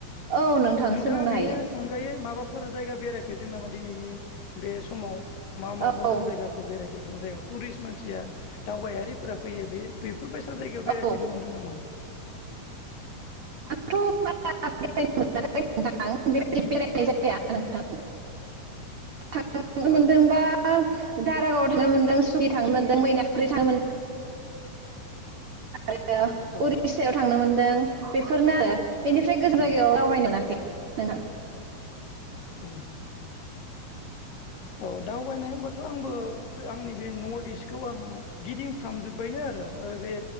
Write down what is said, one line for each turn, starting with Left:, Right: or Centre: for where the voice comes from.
Right: औ नोंथां
Left: नोंथाङा
Right: सोलोंनो हायो
Left: बेनि अनगायै माबा माफोर जायगा बेरायफेरदों नामा दिनैनि बे समाव मा मा
Right: औ
Left: मोजां जायगाखौ बेराय गोजान जागा टुरिस्ट मानसिया दावबायारिफोरा फैयो बे-बेफो <unintelligible> बेसजायगायाव
Right: औ
Left: बेरायफैनो मोनदों नामा?
Right: आंथ' बारा बेरायनो नोंथां बेबायदि बेरायनाय जाया नोंथां थांनो
Left: औ
Right: मोनदोंबा दारागावआव थांनो मोनदों सुकि थांनो मोनदों मैनाखफुख्रि थांनो मोनदों। आरो
Left: औ
Right: उरिसायाव थांनोमोन बेफोरनो आरो बेनिफ्राय गोजान
Left: औ
Right: जायगायाव दावबायनो मोनाखै
Left: औ
Right: नोंथां
Left: औ औ दावबायनाय होनबाथ आंबो आंनि बे नर्थ इस्टखौ आङो गिदिंफ्राम जोब बायनो आरो बे